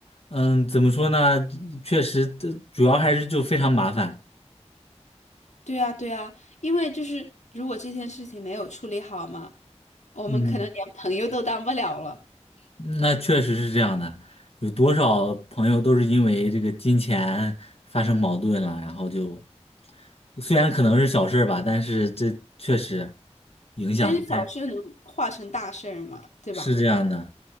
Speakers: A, on the left; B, on the left.
A: 嗯，怎么说呢？确实，这主要还是就非常麻烦。
B: 对啊，对啊，因为就是如果这件事情没有处理好嘛，我们可能连朋友都当不了了。
A: 嗯。那确实是这样的，有多少朋友都是因为这个金钱发生矛盾了，然后就虽然可能是小事儿吧，但是这确实影响太，
B: 但是小事能化成大事儿嘛，对吧？
A: 是这样的，